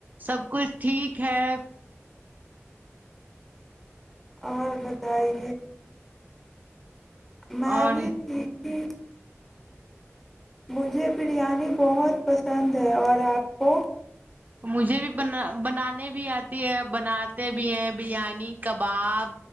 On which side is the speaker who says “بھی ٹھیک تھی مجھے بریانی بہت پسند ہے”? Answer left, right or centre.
Centre